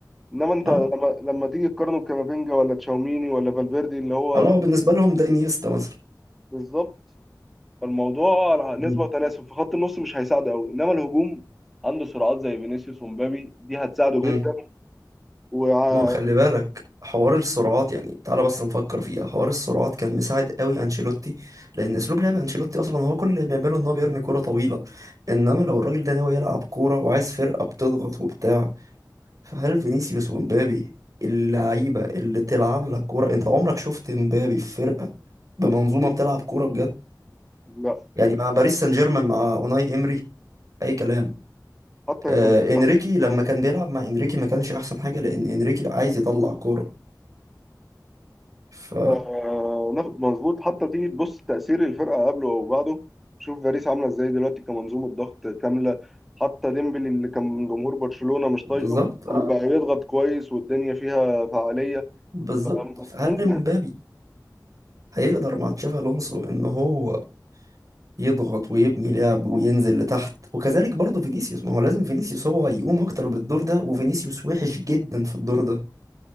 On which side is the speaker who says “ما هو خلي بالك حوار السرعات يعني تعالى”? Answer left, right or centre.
Right